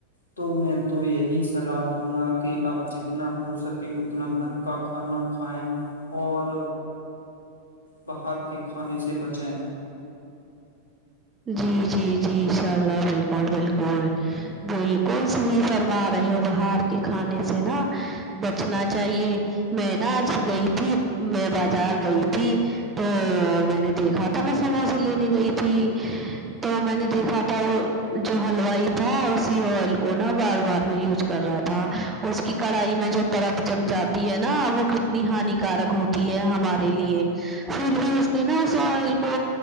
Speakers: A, on the left; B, on the right.
A: تو میں تو یہی صلاح دوں گا کہ آب جتنا ہو سکے اتنا گھر کا کھانا کھائیں اور باہر کے کھانے سے بچیں
B: جی جی جی ان شاء اللہ بالکل بالکل بالکل صحیح فرما رہے ہو باہر کے کھانے سے نا بچنا چاہیے میں نا آج گئی تھی میں بازار گئی تھی تو میں نے دیکھا تھا میںس وہاں سے لینے گئی تھی تو میں نے دیکھا تھا وہ جو ہلوائی تھا اسی آئل کو نا بار بار میں یوز کر رہا تھا اس کی کڑائی میں جو پرت جم جاتی ہے نا وہ کتنی ہانیکارک ہوتی ہمارے لیے پھر بھی اس نے نا اس آئل کو